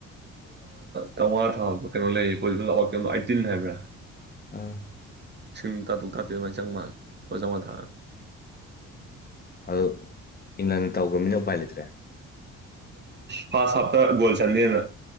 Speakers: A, on the right; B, on the left.
A: ꯇꯋꯥ ꯊꯥꯕ ꯀꯩꯅꯣ ꯂꯩꯇꯤꯟ ꯍꯥꯏꯕ꯭ꯔꯥ
B: ꯑꯥ
A: ꯁꯤꯡ ꯇꯥꯇꯨ ꯇꯥꯇꯦ ꯃꯥꯏ ꯆꯪ ꯃꯥꯜ ꯄꯖꯉ ꯊꯥꯛ
B: ꯑꯣ ꯏꯍꯅ ꯇꯧꯈ꯭ꯔꯃꯤꯅ ꯎꯄꯥꯏ ꯂꯩꯇ꯭ꯔꯦ
A: ꯐ ꯍꯥ ꯍꯥꯞꯇ ꯣꯜ ꯆꯅꯤ ꯍꯥꯏꯅ